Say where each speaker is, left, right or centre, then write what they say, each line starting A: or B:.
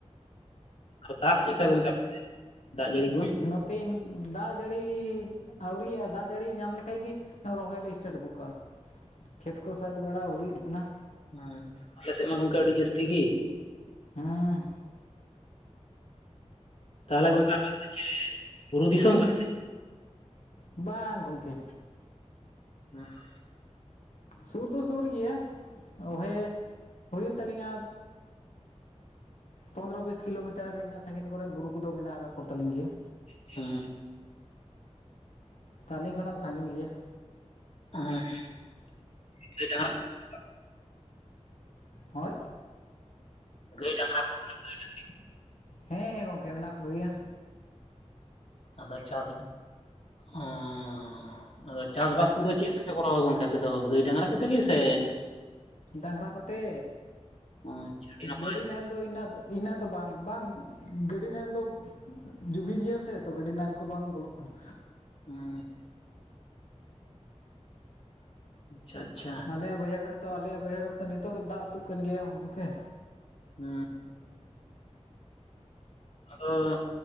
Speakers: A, on the left; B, on the left.
A: ᱚᱸᱻᱻ ᱫᱟᱜ ᱪᱮᱜ ᱠᱟ ᱜᱚᱝᱠᱮ ᱟᱯᱮ ᱥᱮᱱ ᱫᱟᱜ ᱡᱟᱹᱲᱤ ᱠᱚᱼᱼ
B: ᱱᱚᱛᱮ ᱫᱟᱜ ᱡᱟᱹᱲᱤ ᱟᱹᱣᱨᱤᱜᱼᱟ ᱫᱟᱜ ᱡᱟᱹᱲᱤ ᱧᱟᱢ ᱞᱮᱠᱷᱟᱡ ᱜᱮᱼᱼ ᱨᱚᱦᱚᱭ ᱞᱮ ᱥᱴᱟᱴ ᱜᱚᱛ ᱠᱟᱜᱼᱟ ᱠᱷᱮᱛ ᱠᱚ ᱥᱟᱹᱫ ᱵᱟᱲᱟ ᱦᱩᱭᱩᱜ ᱠᱟᱱᱟ
A: ᱚᱸ ᱟᱞᱮ ᱥᱮᱫ ᱢᱟ ᱜᱚᱝᱠᱮ ᱟᱹᱰᱤ ᱡᱟᱹᱥᱛᱤ ᱜᱤ
B: ᱦᱩᱸ
A: ᱛᱟᱦᱚᱞᱮ ᱜᱚᱝᱠᱮ ᱟᱯᱮ ᱥᱮᱫ ᱫᱚ ᱪᱮᱜ ᱵᱩᱨᱩ ᱫᱤᱥᱚᱢ ᱜᱮᱼᱼ
B: ᱵᱟᱝ ᱜᱚᱢᱠᱮ
A: <unintelligible>
B: ᱥᱩᱨ ᱫᱚ ᱥᱩᱨ ᱜᱮᱭᱟ ᱚᱦᱮ ᱦᱩᱭᱩᱜ ᱛᱟᱹᱞᱤᱧᱟ ᱯᱚᱱᱫᱽᱨᱚ ᱵᱤᱥ ᱠᱤᱞᱳᱢᱤᱴᱟᱨ ᱤᱱᱟᱹᱜ ᱥᱟᱸᱹᱜᱤᱧ ᱠᱚᱨᱮᱜ ᱵᱩᱨᱩ ᱠᱚ ᱫᱚ ᱢᱮᱱᱟᱜ ᱟᱠᱟᱫ ᱠᱚ ᱛᱟᱹᱞᱤᱧ ᱜᱮᱭᱟ
A: ᱦᱮᱸ
B: ᱛᱟᱞᱤᱧ ᱠᱷᱚᱱᱟᱜ ᱫᱚ ᱥᱟᱸᱹᱜᱤᱧ ᱜᱮᱭᱟ
A: <unintelligible> <unintelligible>
B: ᱦᱳᱭ
A: ᱜᱟᱹᱭ ᱰᱟᱝᱨᱟ ᱠᱚ ᱢᱟᱱᱮ ᱜᱟᱹᱭ ᱰᱟᱝᱨᱤ ᱠᱚ ᱼᱼ
B: ᱦᱮᱸ ᱜᱚᱢᱠᱮ ᱢᱮᱱᱟᱜ ᱠᱚ ᱜᱮᱭᱟ᱾
A: ᱟᱫᱚ ᱪᱟᱥ <unintelligible> ᱟᱫᱚ ᱪᱟᱥ ᱵᱟᱥ ᱠᱚ ᱫᱚ ᱪᱮᱫ ᱛᱮ ᱯᱮ ᱠᱚᱨᱟᱣᱟ ᱜᱚᱝᱠᱮ ᱟᱯᱮ ᱫᱚ ᱜᱟᱹᱭ ᱰᱟᱝᱨᱟ ᱠᱚ ᱛᱮ ᱜᱮ ᱥᱮᱼᱼ
B: ᱰᱟᱝᱨᱟ ᱠᱚᱛᱮ
A: ᱟᱪᱪᱷᱟ ᱟᱹᱰᱤ ᱱᱟᱯᱟᱭ
B: ᱜᱟᱹᱰᱤ ᱱᱟᱦᱮᱞ ᱫᱚ ᱤᱱᱟᱹᱜᱼᱼ ᱤᱱᱟᱹᱜ ᱫᱚ ᱵᱟᱝ ᱵᱟᱝ ᱜᱟᱹᱰᱤ ᱱᱟᱦᱮᱞ ᱫᱚᱼᱼ ᱡᱩᱵᱤ ᱜᱮᱭᱟ ᱥᱮ ᱛᱚ ᱜᱟᱹᱰᱤ ᱱᱟᱦᱮᱞ ᱠᱚ ᱵᱟᱝ ᱵᱚᱞᱚᱜ ᱠᱟᱱᱟ᱾
A: <unintelligible> ᱟᱪᱪᱷᱟ ᱟᱪᱪᱷᱟ
B: ᱟᱞᱮᱭᱟᱜ ᱵᱟᱹᱭᱦᱟᱹᱲ ᱨᱮᱛᱚ ᱟᱞᱮᱭᱟᱜ ᱵᱚᱭᱦᱟᱹᱲ ᱨᱮᱛᱚ ᱱᱤᱛᱚᱜ ᱫᱚ ᱫᱟᱜ ᱟᱛᱩᱜ ᱠᱟᱱ ᱜᱮᱭᱟ ᱜᱚᱝᱠᱮ᱾
A: ᱦᱮᱸ ᱟᱫᱚ